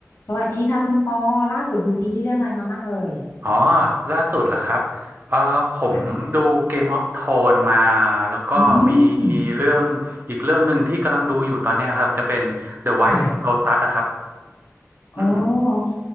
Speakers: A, on the left (about 70°); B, on the right (about 45°).
A: สวัสดีค่ะคุณปอล่าสุดดูซีรีส์เรื่องอะไรมามั่งเอ่ย
B: อ๋อล่าสุดเหรอครับเออผมดู
A: ค่ะ
B: Game of Thrones มา แล้วก็มี
A: อืม
B: เรื่องอีกเรื่องหนึ่งที่กำลังดูอยู่ตอนเนี้ยครับ จะเป็น The White
A: ค่ะ
B: Lotus นะครับ
A: โอ้โอเค
B: อืม